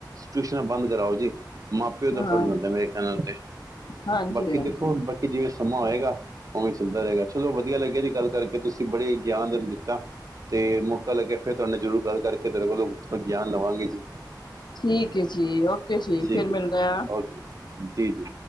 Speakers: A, on the right; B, on the left.
A: ਟਿਊਸ਼ਨਾਂ ਬੰਦ ਕਰਾਓ ਜੀ। ਮਾਂ- ਪਿਓ ਦਾ
B: ਹਾਂ
A: ਫਰਜ਼ ਬਣਦਾ, ਮੇਰੇ ਖਿਆਲ ਨੇ ਤੇ।
B: ਹਾਂਜੀ
A: ਬਾਕੀ
B: ਹਾਂਜੀ
A: ਦੇਖੋ ਬਾਕੀ ਜਿਵੇਂ ਸਮਾਂ ਹੋਏਗਾ ਉਵੇਂ ਚੱਲਦਾ ਰਹੇਗਾ ਚਲੋ ਵਧੀਆ ਲੱਗਿਆ ਜੀ ਗੱਲ। ਕਰਕੇ ਤੁਸੀਂ ਬੜੇ ਗਿਆਨ ਦੇ ਦਿੱਤਾ ਤੇ ਮੌਕਾ ਲੱਗਿਆ ਫਿਰ ਤੁਹਾਡੇ ਨਾਲ ਜ਼ਰੂਰ ਗੱਲ ਕਰਕੇ। ਤੇਰੇ ਕੋਲੋ ਗਿਆਨ ਲਵਾਂਗੇ ਜੀ।
B: ਠੀਕ ਹੈ ਜੀ ਓਕੇ ਜੀ
A: ਠੀਕ
B: ਫਿਰ ਮਿਲਦੇ
A: ਹੈ
B: ਆ।
A: ਓਕੇ ਜੀ ਜੀ।